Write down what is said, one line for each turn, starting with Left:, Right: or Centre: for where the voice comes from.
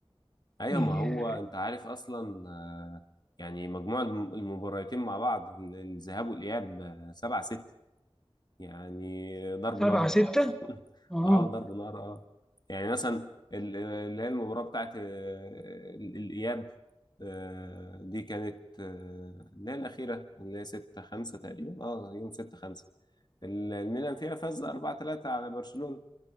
Left: ايوه
Centre: يعني
Left: ما هو انت عارف اصلا آه، يعني مجموع الم- المباراتين مع بعض ال- الذهاب والاياب 7 6 يعني ضرب
Centre: 7
Left: نار
Centre: 6
Left: <laughs>
Centre: أه
Left: اه ضرب نار اه يعني مثلا ال- اللي هي المباراة بتاعت آه، ال- الإياب آه، دي كانت آه، اللي هي الأخيرة اللي هي 6 5 تقريبا اه يوم 6 5 الميلان فيها فاز 4 3 على برشلونة